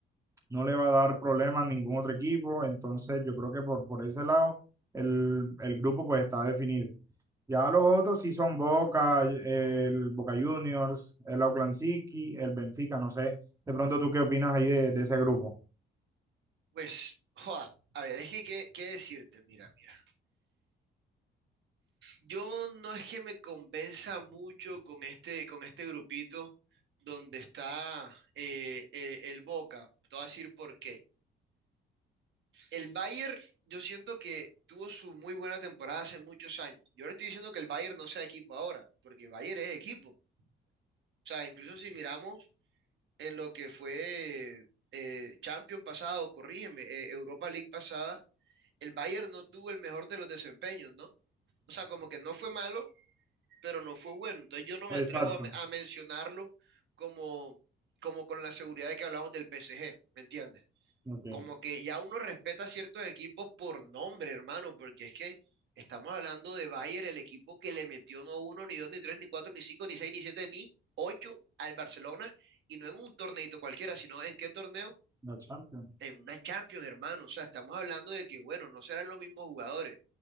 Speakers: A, on the right; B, on the right.
A: no le va a dar problemas a ningún otro equipo, entonces yo creo que por, por ese lado el, el grupo pues está definido. Ya los otros sí son Boca, eh, el Boca Juniors, el Auckland City, el Benfica, no sé, de pronto tú qué opinas ahí de, de ese grupo.
B: Pues, joda, a ver, es que, ¿qué, qué decirte? Mira, mira. Yo no es que me convenza mucho con este, con este grupito donde está eh, eh, el Boca. Te voy a decir por qué. El Bayern, yo siento que tuvo su muy buena temporada hace muchos años. Yo no estoy diciendo que el Bayern no sea equipo ahora, porque el Bayern es equipo. O sea, incluso si miramos en lo que fue eh, Champions pasado, corrígeme, eh, Europa League pasada, el Bayern no tuvo el mejor de los desempeños, ¿no? O sea, como que no fue malo, pero no fue bueno. Entonces yo no me
A: Exacto.
B: atrevo a, me- a mencionarlo como, como con la seguridad de que hablamos del PSG, ¿me entiendes?
A: Ok.
B: Como que ya uno respeta ciertos equipos por nombre, hermano, porque es que estamos hablando de Bayern, el equipo que le metió no uno, ni dos, ni tres, ni cuatro, ni cinco, ni seis, ni siete, ni ocho al Barcelona, y no en un torneito cualquiera, sino en qué torneo,
A: La Champions.
B: en una Champions, hermano. O sea, estamos hablando de que, bueno, no serán los mismos jugadores,